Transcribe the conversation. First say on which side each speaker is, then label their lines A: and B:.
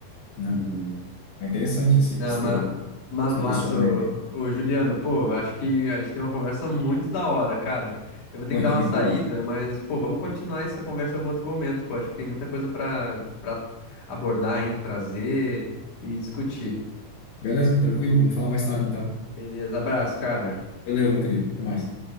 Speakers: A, on the left; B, on the left.
A: né?
B: Uhum.
A: É interessante esse, esse
B: Não, mas,
A: teu,
B: mas
A: esse teu
B: massa,
A: questionamento
B: ô,
A: aí.
B: ô, Juliano, pô, acho que a gente tem uma conversa muito da hora, cara. Eu vou ter
A: Muito,
B: que dar uma
A: muito
B: saída,
A: da hora.
B: mas, pô, vamos continuar essa conversa em algum outro momento, pô. Acho que tem muita coisa pra, pra abordar ainda, trazer e discutir.
A: Beleza? Tranquilo? Vamos falar mais tarde, então.
B: Beleza, abraço, cara.
A: Valeu, meu querido. Até mais.